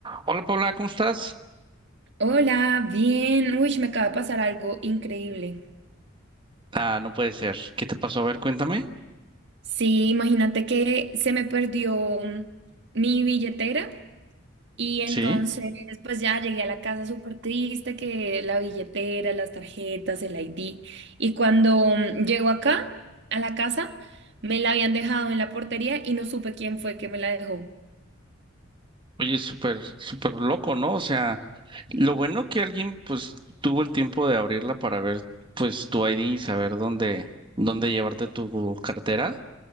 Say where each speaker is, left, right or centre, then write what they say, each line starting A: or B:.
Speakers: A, on the right; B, on the right.
A: Hola Paula, ¿cómo estás?
B: Hola, bien. Uy, me acaba de pasar algo increíble.
A: Ah, no puede ser. ¿Qué te pasó? A ver, cuéntame.
B: Sí, imagínate que se me perdió mm, mi billetera y entonces
A: Sí.
B: pues ya llegué a la casa súper triste que la billetera, las tarjetas, el ID. Y cuando mm, llego acá a la casa, me la habían dejado en la portería y no supe quién fue que me la dejó.
A: Oye, súper, súper loco, ¿no? O sea, lo bueno que alguien pues tuvo el tiempo de abrirla para ver pues tu ID y saber dónde, dónde llevarte tu cartera,